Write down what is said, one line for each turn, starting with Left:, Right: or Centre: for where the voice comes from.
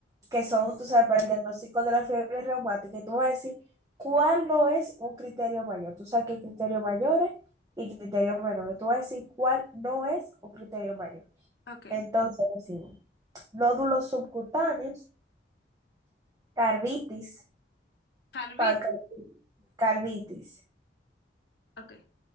Right: que son, tú sabes, para el diagnóstico de la fiebre reumática. Y tú me vas a decir cuál no es un criterio mayor. Tú sabes que hay criterios mayores y criterios menores. Tú vas a decir cuál no es un criterio mayor.
Left: Ok.
Right: Entonces, decimos, nódulos subcutáneos, carditis,
Left: Harbit.
Right: pancarditis, carditis,
Left: Ok.